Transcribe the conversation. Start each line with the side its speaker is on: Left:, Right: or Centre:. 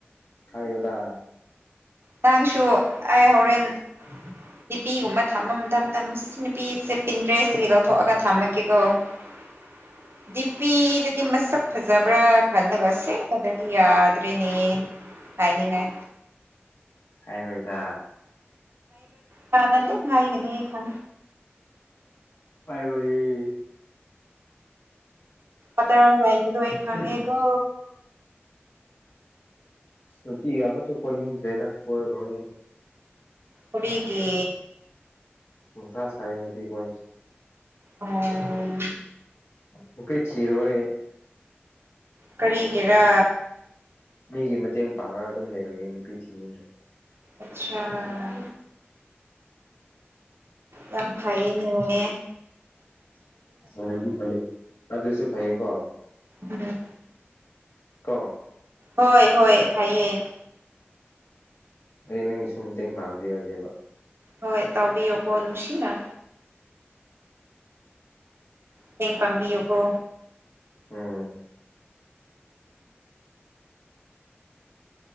Left: ꯈꯥꯏꯌꯣꯗ
Right: ꯅꯪꯁꯨ ꯑꯩ ꯍꯣꯔꯦꯟ ꯅꯨꯄꯤꯒꯨꯝꯕ ꯊꯝꯕ ꯃꯇꯝꯗ ꯅꯨꯄꯤꯁꯦ ꯄꯤꯟꯇ꯭ꯔꯦꯁꯇꯒꯤ ꯂꯧꯊꯣꯛꯑꯒ ꯊꯝꯃꯒꯦꯀꯣ <inaudible> ꯗꯤꯄꯤꯗꯗꯤ ꯃꯁꯛ ꯐꯖꯕ꯭ꯔꯥ ꯈꯜꯂꯒ ꯁꯦꯡꯕꯗꯗꯤ ꯌꯥꯗ꯭ꯔꯔꯤꯅꯦ ꯍꯥꯏꯅꯤꯉꯥꯏ
Left: ꯑꯣꯏꯣꯏꯗ
Right: ꯅ ꯍꯥꯏꯒꯅꯦ ꯈ
Left: ꯍꯥꯏ ꯑꯩ
Right: ꯑꯇ ꯍꯥꯏꯕꯗꯨ ꯑꯩ ꯈꯪꯉꯦꯀꯣ
Left: ꯎꯝ ꯅꯨꯄꯤ ꯑꯃꯁꯨ ꯀꯣꯏꯅꯤꯡꯗ꯭ꯔꯦꯗ ꯀꯣꯏꯔꯣꯏꯍ
Right: ꯀꯔꯤꯒꯤ
Left: ꯃ ꯊ ꯁꯥꯏ ꯅꯨꯄꯤ ꯀꯣꯏꯁ
Right: ꯑꯣꯝ
Left: ꯅꯨꯄꯤ ꯊꯤꯔꯣꯏ ꯑꯩ
Right: ꯀꯔꯤꯒꯤꯔꯥ
Left: ꯃꯤꯒꯤ ꯃꯇꯦꯡ ꯄꯥꯡꯔꯒ ꯑꯗꯨꯝ ꯂꯩꯔꯒꯦ ꯅꯨꯄꯤ ꯊꯤꯅꯤꯡꯗ꯭ꯔꯦ
Right: ꯑꯆꯥꯥ ꯌꯥꯝ ꯐꯥꯏꯌꯦꯅꯤꯅꯦ
Left: ꯑꯗꯨꯁꯨ ꯐꯩ ꯑꯗꯨꯁꯨ ꯐꯩꯀꯣ
Right: ꯎꯝ
Left: ꯀꯣ
Right: ꯍꯣꯏ ꯍꯣꯏ ꯐꯥꯏꯌꯦ
Left: ꯑꯩ ꯅꯪꯒꯤꯁꯨ ꯃꯇꯦꯡ ꯄꯥꯡꯕꯤꯔꯒꯦꯕ
Right: ꯍꯣꯏ ꯇꯧꯕꯕꯤꯌꯣꯀꯣ ꯅꯨꯡꯁꯤꯅ ꯃꯇꯦꯡ ꯄꯥꯡꯕꯤꯌꯨꯀꯣ
Left: ꯎꯝ